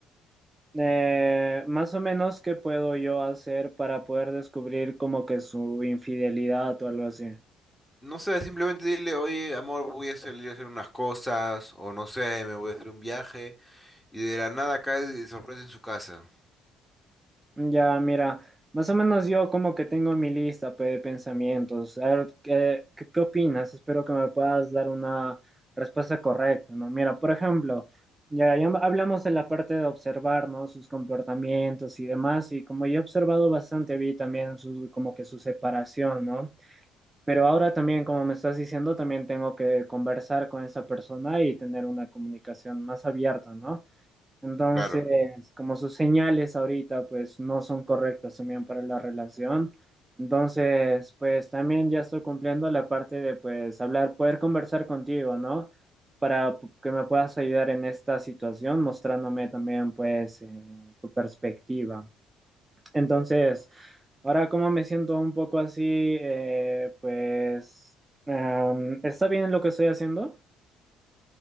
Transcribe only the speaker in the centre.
No sé, simplemente dile, oye, amor, voy a salir a hacer unas cosas, o no sé, me voy a hacer un viaje, y de la nada caes de sorpresa en su casa.
Claro.